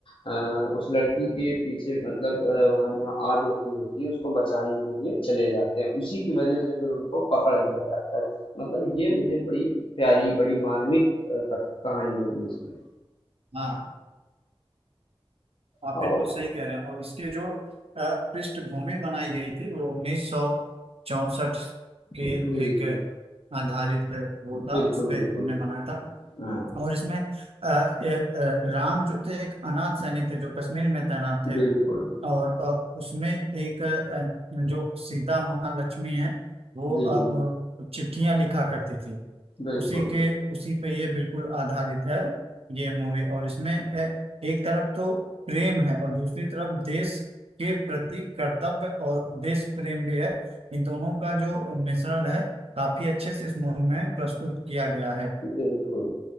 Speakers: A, on the left (about 60°); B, on the right (about 75°).
A: अ, उस लड़की के पीछे मतलब अ, वहाँ जहाँ आग लगी होती है उसको बचाने के लिए चले जाते हैं उसी की वजह से फिर उनको पकड़ लिया जाता है मतलब ये मुझे बड़ी प्यारी बड़ी मार्मिक अ, क- कहानी लगी इसमें
B: हाँ आप
A: और
B: बिल्कुल सही कह रहे हैं और इसकी जो अ, पृष्ठभूमि बनाई गई थी वो उन्नीस सौ चौसठ के
A: जी
B: एक
A: जी
B: आधारित वो था
A: बिल्कुल
B: उस पे
A: बिल्कुल
B: हमने बनाया था
A: हाँ
B: और इसमें अ, ए, अ, राम जो थे एक अनाथ सैनिक थे जो कश्मीर में तैनात थे
A: बिल्कुल
B: और अ, उसमें एक अ, जो सीता महालक्ष्मी है वो
A: जी
B: अ,
A: जी
B: वो चिट्ठियां लिखा करती थी
A: बिल्कुल
B: उसी के उसी पे ये बिल्कुल आधारित है ये मूवी और इसमें अ, एक तरफ तो प्रेम है और दूसरी तरफ देश के प्रति कर्तव्य और देश प्रेम भी है इन दोनों का जो मिश्रण है काफी अच्छे से इस मूवी में प्रस्तुत किया गया है
A: बिल्कुल